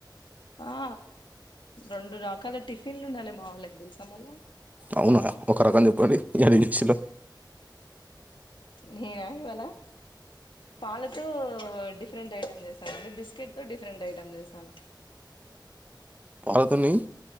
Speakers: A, on the left (about 80°); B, on the right (about 20°).
A: ఆ రెండు రకాల టిఫిన్లు ఉండాలి మా వాళ్ళకి తెలుసాం వల్ల
B: అవునా ఒక రకం చెప్పండి ఎడ మచ్చలో
A: ననా వాళ పాలతో ఫరెంట్ ఐటమ్ చేసానుండి బిస్కెట్ తో ఫరెంట్ ఐటమ్ చేసాను
B: పతని